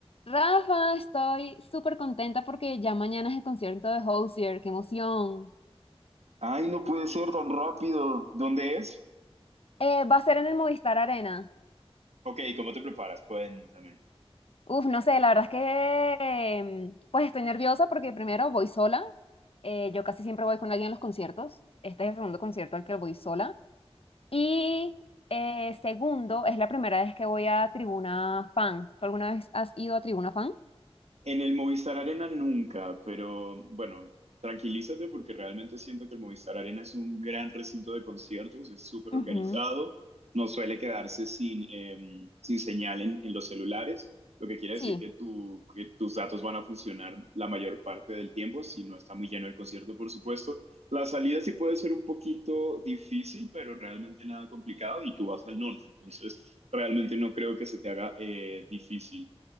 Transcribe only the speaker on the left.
Rafa, estoy súper contenta porque ya mañana es el concierto de Hozier, qué emoción.
Eh, va a ser en el Movistar Arena.
Uf, no sé, la verdad es que em, pues estoy nerviosa porque primero voy sola. Eh, yo casi siempre voy con alguien a los conciertos. Este es el segundo concierto al que voy sola. Y eh, segundo, es la primera vez que voy a Tribuna Fan. ¿Tú alguna vez has ido a Tribuna Fan?
Ujú,
Sí.